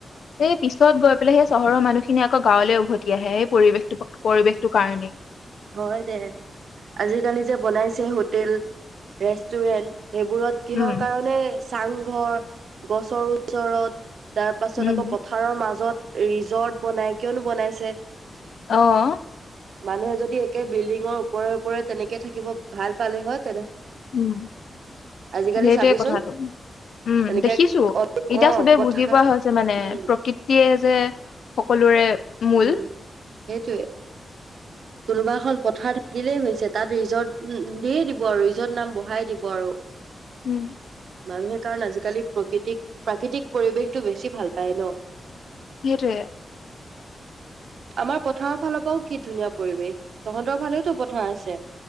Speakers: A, on the left (about 75°); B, on the right (about 75°).
A: এই পিছত গৈ পেলাই সেই চহৰৰ মানুহখি খিনি আকৌ গাঁৱলৈ উভতি আহে। পৰিৱেশটো, পৰিৱেশটো কাৰণে
B: হয় দে আজিকালি যে বনাইছে হোটেল, ৰেষ্টুৰেণ্ট সেইবোৰত কিহৰ
A: উম
B: কাৰণে চাংঘৰ গছৰ ওচৰত তাৰ পাছত
A: উম
B: আকৌ পথাৰৰ মাজত ৰিজৰ্ট বনাই কিয়নো বনাইছে।
A: অহ।
B: মানুহে যদি একে বিল্ডিঙৰ ওপৰে ওপৰে তেনেকে থাকিব ভাল পালেহত
A: উম,
B: আজিকালি
A: সেইটোৱে
B: চাবিচোন
A: কথাটো উম,
B: এনেকে
A: দেখিছো এতিয়া
B: অ
A: চবেই
B: পথাৰ
A: বুজি পোৱা হৈছে মানে
B: উম
A: প্ৰকৃতিয়ে যে সকলোৰে মূল
B: উম। সেইটোৱে। কোনোবা এখন পথাৰ থাকিলেই হৈছে তাত ৰিজৰ্ট দিয়ে দিব আৰু ৰিজৰ্ট নাম বঢ়াই দিব আৰু।
A: উম।
B: মানুহে কাৰণ আজিকালি প্ৰকৃতিক প্ৰাকৃতিক পৰিৱেশটো বেছি ভাল পায় ন'।
A: সেইটোৱে।
B: আমাৰ পথাৰৰ ফালৰ পৰাও কি ধুনীয়া পৰিৱেশ, তহঁতৰ ফালেওতো পথাৰ আছে।